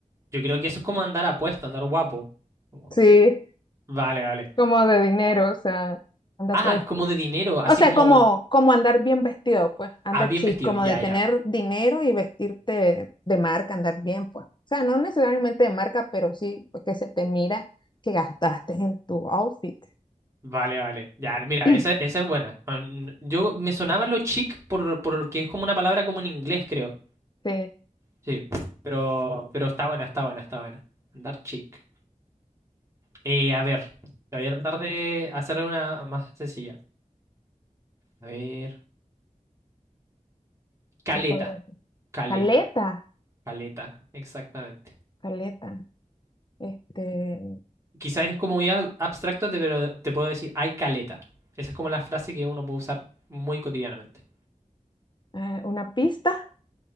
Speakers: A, on the right; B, on the left.
A: Yo creo que eso es como andar apuesto, andar guapo. Como-
B: Sí,
A: Vale, vale.
B: como de dinero, o sea, anda
A: Ah,
B: todo
A: es
B: chic.
A: como de dinero, así
B: O sea,
A: como...
B: como, como andar bien vestido, pues, anda
A: Ah, bien
B: chic,
A: vestido.
B: como
A: Ya,
B: de tener
A: ya.
B: dinero y vestirte de marca, andar bien, pues. O sea, no necesariamente de marca, pero sí pues, que se te mira que gastaste en tu outfit.
A: Vale, vale. Ya, mira,
B: <clears throat>
A: esa, esa es buena. Ah, n- Yo me sonaba lo chic por, porque es como una palabra como en inglés, creo.
B: Sí,
A: Sí. Pero, pero está buena, está buena, está buena. Andar chic. Eh, a ver, te voy a tratar de hacerle una más sencilla. A ver. Caleta.
B: ¿qué podrá ser?
A: Caleta.
B: Caleta,
A: Caleta. Exactamente.
B: caleta. Este,
A: quizás es como muy ab- abstracto, te- pero te puedo decir, hay caleta. Esa es como la frase que uno puede usar muy cotidianamente.
B: eh, una pista.